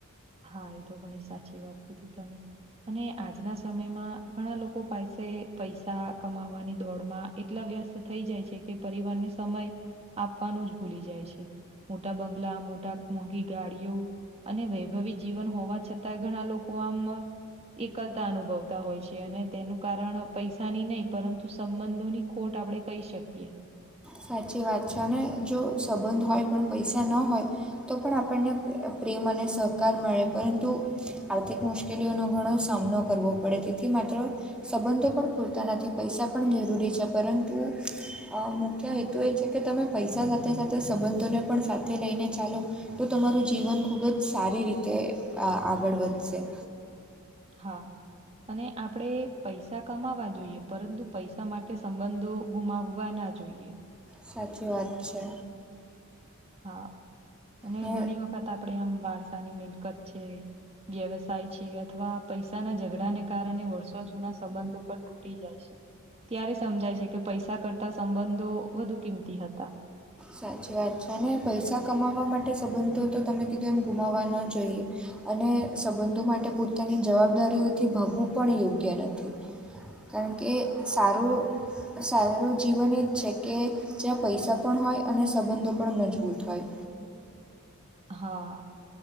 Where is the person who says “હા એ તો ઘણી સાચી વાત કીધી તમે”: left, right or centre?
Right